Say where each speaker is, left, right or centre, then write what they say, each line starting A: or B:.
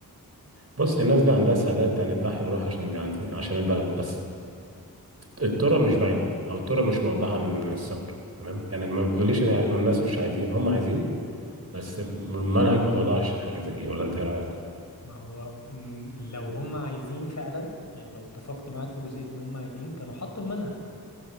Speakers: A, on the right (about 40°); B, on the left (about 50°).
A: بص الناس دي عندها سعادات يعني تضحي بروح عشان يعني عشان البلد بس الطرق مش باينه او الطرق مش موضحه من من الصغر تمام يعني ما بتقوليش
B: م.
A: ان يعني إن الناس مش عايزين هم عايزين بس المنهج ما توضحش الحاجه زي دي ولا انت ايه رايك
B: ما هو م، لو هم عايزين فعلا يعني لو اتفقت معاك في جزئية إن هم عايزين كانوا حطوا المنهج